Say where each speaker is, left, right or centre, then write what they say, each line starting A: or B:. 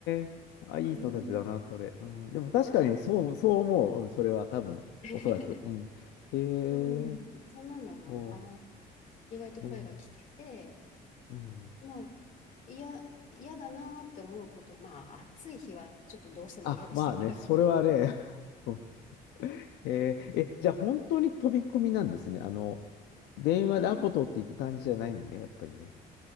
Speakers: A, on the left (about 85°); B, on the left (about 50°).
A: え。あ、いい人たちだな、
B: うん。
A: それ。うん。でも確かに、
B: そうなんで
A: そう、そう思う。うん、それは多分、
B: す。<laughs>
A: おそらく。うん。へえ。
B: うん。そんなのも、
A: そ
B: あ、意外と声が聞けて、
A: う。ね。うん。
B: まあ、いや、嫌だなーって思うこと、まあ、暑い日はちょっとどうしても嫌でしたけど。
A: あ、まあね、それはね、
B: <laughs>
A: <laughs> えーえ、じゃあ本当に飛び込みなんですね。あの、電話でアポ取っていく感じじゃないのね、
B: はい。
A: やっぱりね。